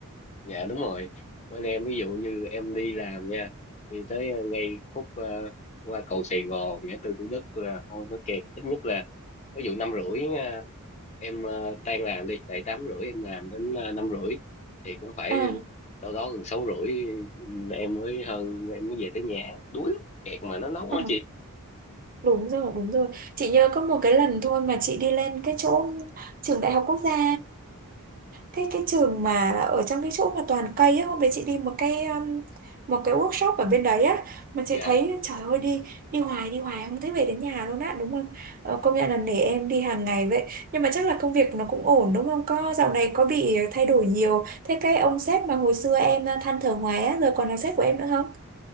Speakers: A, on the left; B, on the right.
A: dạ đúng rồi bên em ví dụ như em đi làm nha thì tới ờ, ngay khúc ờ, qua cầu Sài Gòn ngã tư Thủ Đức là thôi nó kẹt ít nhất là ví dụ năm rưỡi ờ, em ờ, tan làm đi tại tám rưỡi em làm đến ờ, năm rưỡi thì cũng phải
B: À.
A: đâu đó gần sáu rưỡi ừ, em mới hơn em mới về tới nhà đuối lắm kẹt mà nó nóng
B: ờ.
A: quá chị
B: Đúng rồi, đúng rồi. Chị nhớ có một cái lần thôi mà chị đi lên cái chỗ trường Đại học Quốc gia cái cái trường mà ở trong cái chỗ mà toàn cây á, hôm đấy chị đi một cái um, một cái workshop ở bên đấy á mà chị
A: dạ
B: thấy trời ơi đi đi hoài đi hoài không thấy về đến nhà luôn á đúng không? Ờ, công nhận là nể em đi hàng ngày vậy. Nhưng mà chắc là công việc nó cũng ổn đúng không? Có dạo này có bị thay đổi nhiều. Thế cái ông sếp mà hồi xưa em ờ, than thở hoài á giờ còn là sếp của em nữa không?